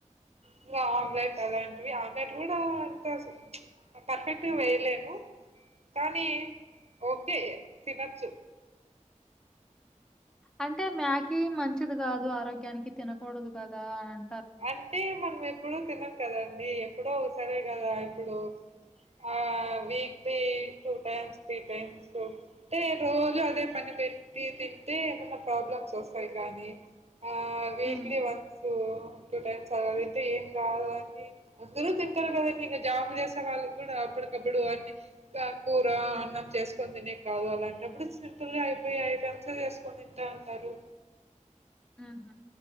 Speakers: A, on the right; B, in the centre.
A: ఇంకా ఆమ్లెట్ అలాంటివి ఆమ్లెట్ కూడా అంత పర్ఫెక్ క్ట్గ వేయలేను కానీ ఓకే తినొచ్చు
B: అంటే మ్యాకీ మంచిది కాదు ఆరోగ్యానికి తినకూడదు కదా అనం
A: అంటే మనం ఎప్పుడు తిన్నాం కదండి ఎప్పుడో ఒక సరే కదా ఇప్పుడు ఆ weekly two times three times అంటే రోజు అదే పని పెట్టి తింటే ఏమన్నా ప్రాబ్లమ్స్ వస్తాయి కానీ ఆ వీక్లీ
B: హ్మ్.
A: వన్సూ టూ టైమ్స్ అల తింటే ఏం కాదు అని అందరూ తింటారు కదండి ఇంగ జాబ్ చేసే వాళ్ళు కూడా అప్పుడు కప్పుడు అన్ని కూర అన్నం చేసుకోని తినే కాదు అలాంటప్పుడు సింపుల్ గా అయిపోయే ఐటం పచ్చడ చేసుకొని తంటా ఉంటారు
B: ఆహ